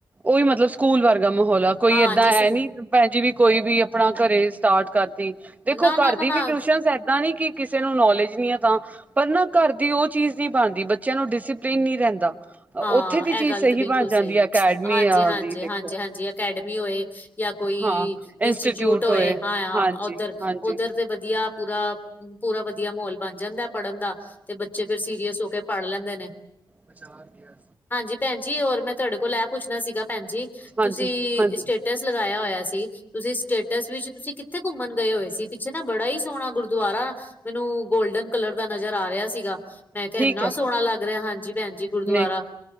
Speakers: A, on the right (about 20°); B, on the left (about 25°).
A: ਉਹੀ ਮਤਲਬ ਸਕੂਲ ਵਰਗਾ ਮਾਹੌਲ ਆ। ਕੋਈ
B: ਹਾਂਜੀ
A: ਏਦਾਂ
B: ਸੁਕੂ
A: ਐ ਨੀ। ਭੈਣ ਜੀ ਵੀ ਕੋਈ ਵੀ ਆਪਣਾ ਘਰੇ ਸਟਾਰਟ ਕਰਤੀ ਦੇਖੋ
B: ਨਾ ਨਾ
A: ਘਰ
B: ਨਾ ਨਾ
A: ਦੀ ਵੀ ਟਿਊਸ਼ਨ ਏਦਾਂ ਨੀ ਕਿ। ਕਿਸੇ ਨੂੰ ਨੌਲੇਜ ਨਹੀਂ ਹੈ ਤਾਂ। ਪਰ ਨਾ ਘਰ ਦੀ ਉਹ ਚੀਜ਼ ਨਹੀਂ ਬਣਦੀ ਬੱਚਿਆਂ ਨੂੰ ਡਿਸਇਪਲਿੰਨ ਨਹੀਂ ਰਹਿੰਦਾ।
B: ਹਾਂ
A: ਉੱਥੇ ਦੀ ਚੀਜ਼।
B: ਇਹ ਗੱਲ
A: ਸਹੀ
B: ਤੇ ਬਿਲਕੁਲ
A: ਬਣ ਜਾਂਦੀ
B: ਸਹੀ
A: ਹੈ ਅਕੈਡਮੀ
B: ਹਾਂ ਜੀ
A: ਆ
B: ਹਾਂ
A: ਦੀ
B: ਜੀ
A: ਦੇਖੋ
B: ਹਾਂ ਜੀ ਹਾਂ ਜੀ ਅਕੈਡਮੀ ਹੋਏ ਜਾਂ। ਕੋਈ
A: ਹਾਂ
B: ਇੰਸਟੀਚਿਊਟ
A: ਇੰਸਟੀਟਿਊਟ
B: ਹੋਏ ਹਾਂ ਹਾਂ
A: ਹਾਂਜੀ
B: ਉੱਧਰ
A: ਹਾਂਜੀ
B: ਉੱਧਰ। ਤੇ ਵਧੀਆ ਪੂਰਾ ਪੂਰਾ ਵਧੀਆ ਮਾਹੌਲ ਬਣ ਜਾਂਦਾ ਪੜ੍ਹਨ ਦਾ। ਤੇ ਬੱਚੇ ਫੇਰ ਸੀਰੀਅਸ ਹੋ ਕੇ ਪੜ੍ਹ ਲੈਂਦੇ ਨੇ।
A: ਬਚਾ ਗਿਆ।
B: ਹਾਂ ਜੀ ਭੈਣ ਜੀ ਔਰ ਮੈਂ ਤੁਹਾਡੇ ਕੋਲ ਇਹ ਪੁੱਛਣਾ ਸੀਗਾ ਭੈਣ ਜੀ।
A: ਹਾਂਜੀ
B: ਤੁਸੀਂ ਸਟੇਟਸ ਲਗਾਇਆ ਹੋਇਆ ਸੀ। ਤੁਸੀਂ ਸਟੇਟਸ ਵਿੱਚ ਤੁਸੀਂ ਕਿੱਥੇ ਘੁੰਮਣ ਗਏ ਹੋਏ ਸੀ? ਪਿੱਛੇ ਨਾ ਬੜਾ ਹੀ ਸੋਹਣਾ ਗੁਰਦੁਆਰਾ। ਮੈਨੂੰ ਗੋਲਡਨ ਕਲਰ ਦਾ ਨਜ਼ਰ ਆ ਰਿਹਾ ਸੀਗਾ। ਮੈਂ ਕਿਹਾ
A: ਠੀਕ
B: ਇੰਨਾ
A: ਹੈ
B: ਸੋਹਣਾ ਲੱਗ ਰਿਹਾ ਹਾਂ ਜੀ ਭੈਣ ਜੀ ਗੁਰਦੁਆਰਾ।
A: ਨਹੀਂ